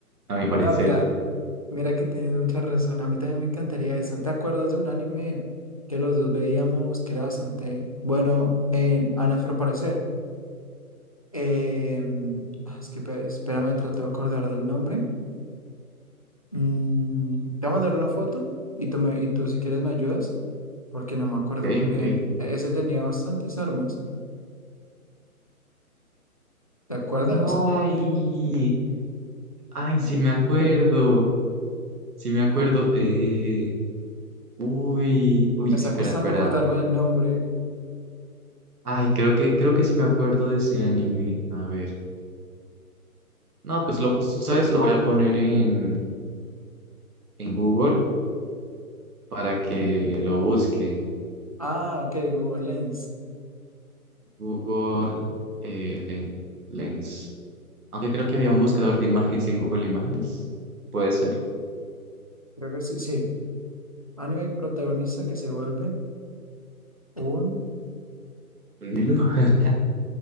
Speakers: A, on the right; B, on the left.
A: a mi parecer.
B: No, mira, mira que tienes mucha razón. A mí también me encantaría eso. ¿Te acuerdas de un anime que los dos veíamos que era bastante bueno en- a nuestro parecer? Eh, ah, es que pe- espérame, trato de acordar del nombre. Mm, te voy a mandar una foto y tú, me, y tú si quieres me ayudas, porque no me acuerdo
A: Ok,
B: muy bien.
A: ok.
B: E- Ese tenía bastantes armas, ¿te acuerdas?
A: Ay. Ay, sí me acuerdo, sí me acuerdo. eh, uy, uy,
B: Me está
A: espera,
B: costando
A: espera.
B: acordarme del nombre.
A: Ay, creo que, creo que sí me acuerdo de ese anime. A ver. No, pues lo,
B: Mm,
A: ¿sabes? Lo voy a poner en, en Google para que lo busque.
B: Ah, ok, Google Lens.
A: Google eh, le- Lens. Aunque creo que había un buscador de imágenes en Google Imágenes. ¿Puede ser?
B: Creo que sí, sí. Anime protagonista que se vuelve un...
A: Un hilo. <laughs>